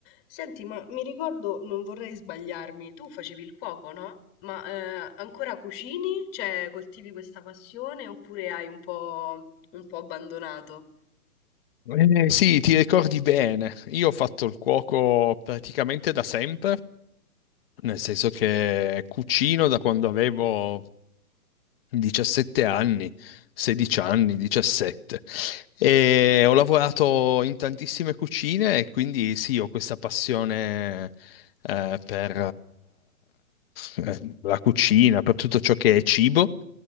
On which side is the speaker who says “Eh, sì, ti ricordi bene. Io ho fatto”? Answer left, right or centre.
Left